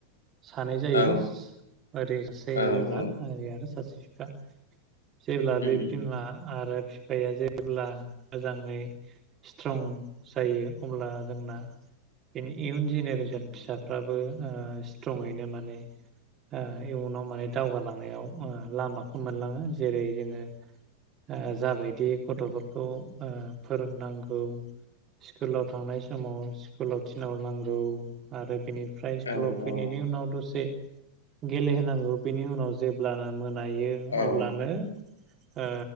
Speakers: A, on the right; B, on the left.
A: सानै जायो
B: औ
A: ओरै सासे
B: औ
A: बिमा
B: औ
A: ओरै आरो सासे बिफा जेब्ला
B: उम
A: बे बिमा आरो बिफाया जेब्ला मोजाङै स्ट्रं जायो अब्ला जोंना इनि इयुन जेनेरेसन
B: उम
A: फिसाफ्राबो ओ स्ट्रङैनो माने ओ इयुनाव माने दावगालांनायाव लामाखौ मोनलाङो जेरै जोंङो ओ जाबायदि गथ'फोरखौ फोरोंनांगौ स्कुलाव थांनाय समाव स्कुलाव थिनहरनांगौ आरो बिनि फ्राय स्कुलाव
B: औ औ
A: फैनायनि उनाव दसे गेलेहोनांगौ बिनि उनाव जेब्लानो मोनायो
B: औ
A: अब्लानो ओ